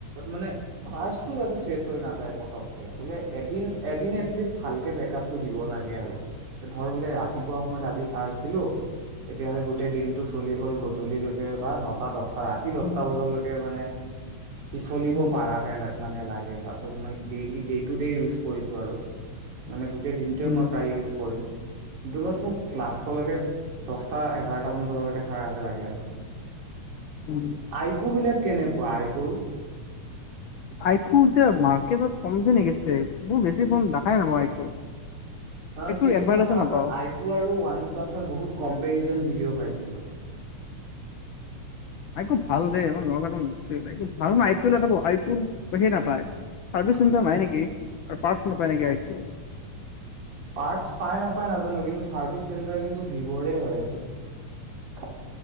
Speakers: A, on the right (about 85°); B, on the left (about 60°).
A: মানে চাৰ্জটো যাতে চেচ হৈ নাযায় পতককে। বোলে এদিন, এদিন এটলিষ্ট ভালকে বেকআপটো দিব লাগে আৰু। এ, ধৰ বোলে ৰাতিপুৱা সময়ত আজি চাৰ্জ দিলোঁ, তেতিয়াহ'লে গোটেই দিনটো চলি গ'ল গধূলিলৈকে বা নটা দছ ৰাতি দহটা
B: উম,
A: বজালৈকে মানে সি চলিব
B: উম,
A: পাৰাকে ল, মানে লাগে সেই <unintelligible> মাই daily, day to day use কৰিছোঁ আৰু মান গোটেই দিনটোৱে
B: উম,
A: মই প্ৰায় ইউজ কৰিম। কিন্তু বছ মোক লাষ্টলৈকে দচটা, এঘাৰটা মান বজালকে থাকা কে লাগে আৰু
B: উম।
A: আই কু বিলাক কেনেকুৱা আই কুৰ?
B: আইকু এতিয়া মাৰ্কেটত কমিছে নেকি চেল! এইবোৰ বেছি ফোন দেখাই নাপাওঁ আইকুৰ।
A: কাৰণ
B: আইকুৰ
A: কেইদিনৰ
B: এডভাৰটাইজো
A: আগত
B: নাপাওঁ
A: আইকু আৰু ওৱান প্লাছৰ বহুত কম্পেৰিজন ভিডিঅ' পাইছিলো।
B: আইকু ভাল দে। ভাল মানে আইকুৰ সেই নাপায় চাৰ্ভিচ চেণ্টাৰ নাই নেকি আৰু পাৰ্টছ নাপায় নেকি আইকুৰ।
A: পাৰ্টছ পাই নাপায় নাজানো কিন্তু চাৰ্ভিচ চেণ্টাৰ কিন্ত ভিভ'ৰে হয় সেইটো।